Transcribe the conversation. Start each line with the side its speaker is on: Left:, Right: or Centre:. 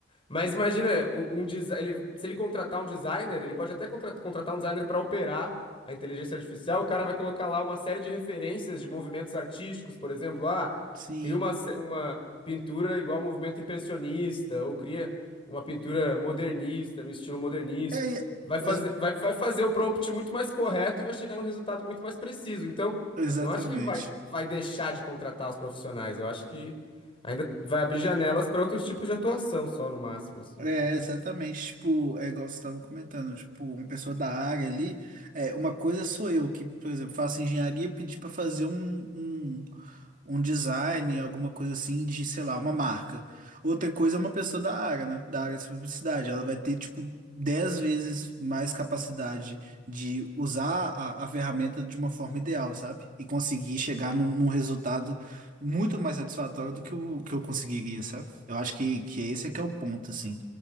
Left: mas imagina, o- um desi- ele- se ele contratar um designer, ele pode até contra- contratar um designer para operar a inteligência artificial. O cara vai colocar lá uma série de referências de movimentos artísticos, por exemplo. Ah,
Right: Sim.
Left: cria uma, ce- uma pintura igual ao movimento impressionista, ou cria uma pintura modernista, no estilo modernista.
Right: É, e-
Left: Vai fazer,
Right: as-
Left: vai, vai fazer o prompt muito mais correto e vai chegar num resultado muito mais preciso. Então,
Right: exatamente.
Left: não acho que vai, vai deixar de contratar os profissionais. Eu acho que Ainda vai abrir janelas para outros tipos de atuação só, no máximo, assim.
Right: É, exatamente. Tipo, é igual você estava comentando, tipo, uma pessoa da área ali, é, uma coisa sou eu que, por exemplo, faço engenharia e pedi para fazer um, um um design, alguma coisa assim, de, sei lá, uma marca. Outra coisa é uma pessoa da área, né? Da área de publicidade. Ela vai ter, tipo, 10 vezes mais capacidade de usar a, a ferramenta de uma forma ideal, sabe? E conseguir chegar num, num resultado muito mais satisfatório do que o que eu conseguiria, sabe? Eu acho que, que esse é que é o ponto, assim.